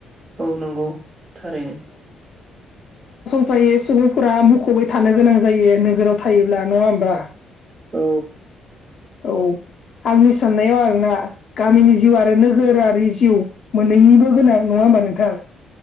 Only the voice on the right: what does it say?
औ नंगौ थारैनो।
औ